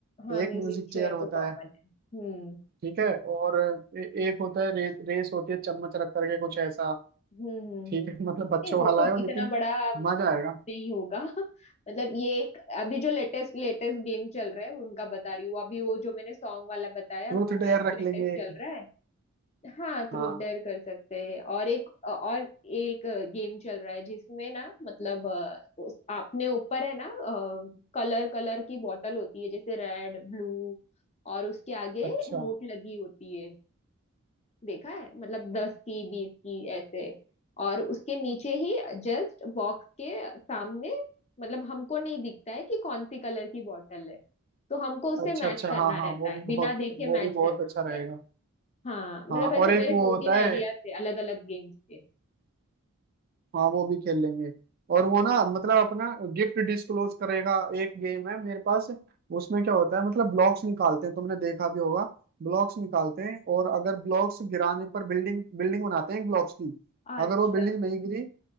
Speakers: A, on the left; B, on the right.
A: हाँ
B: एक
A: म्यूजिक
B: म्यूजिक
A: चेयर
B: चेयर होता
A: तो कॉमन
B: है
A: है हम्म
B: ठीक है और ए, एक होता है रे, रेस होती है चम्मच रख करके कुछ ऐसा
A: हम्म हम्म
B: ठीक
A: हम्म।
B: है मतलब बच्चों
A: नहीं वो
B: वाला
A: तो
B: है वो,
A: इतना
B: लेकिन
A: बड़ा
B: मजा आएगा
A: नहीं होगा <laughs> मतलब ये एक अभी जो लेटेस्ट लेटेस्ट गेम चल रहा है उनका बता रही हूँ अभी वो जो मैंने सॉन्ग वाला बताया
B: ट्रूथ
A: वो
B: डेयर
A: एक
B: रख
A: लेटेस्ट
B: लेंगे एक
A: चल रहा है हाँ ट्रूथ
B: हाँ
A: डेयर कर सकते हैं और एक और एक गेम चल रहा है जिसमें ना मतलब अ, उस- आपने ऊपर है ना कलर कलर की बॉटल होती है जैसे रेड ब्लू और उसके आगे
B: अच्छा
A: नोट लगी होती है देखा है मतलब दस की बीस की ऐसे और उसके नीचे ही जस्ट बॉक्स के सामने मतलब हमको नहीं दिखता है कि कौन सी कलर की बॉटल है तो हमको उसे
B: अच्छा
A: मैच
B: अच्छा
A: करना
B: हाँ हाँ
A: रहता
B: वो
A: है
B: भी
A: बिना
B: बहुत
A: देखे
B: वो
A: मैच
B: भी बहुत
A: करना
B: अच्छा
A: होता
B: रहेगा
A: है हाँ मतलब
B: हाँ
A: ऐसे
B: और एक
A: मेरे
B: वो
A: दो
B: होता
A: तीन
B: है
A: आइडियाज थे अलग अलग गेम्स के
B: हाँ वो भी खेल लेंगे और वो ना मतलब अपना गिफ्ट डिस्क्लोज करेगा एक गेम है मेरे पास उसमें क्या होता है मतलब ब्लॉक्स निकालते हैं तुमने देखा भी होगा ब्लॉक्स निकालते हैं और अगर ब्लॉक्स गिराने पर बिल्डिंग बिल्डिंग बनाते हैं ब्लॉक्स की
A: अच्छा
B: अगर वो बिल्डिंग नहीं गिरी